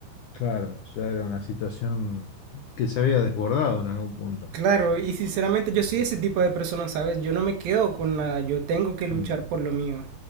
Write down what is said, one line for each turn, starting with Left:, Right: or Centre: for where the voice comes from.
Left: Claro, ya era una situación que se había desbordado en algún punto.
Right: Claro, y sinceramente yo soy ese tipo de persona, ¿sabes? Yo no me quedo con nada, yo tengo que luchar
Left: Mm,
Right: por lo mío.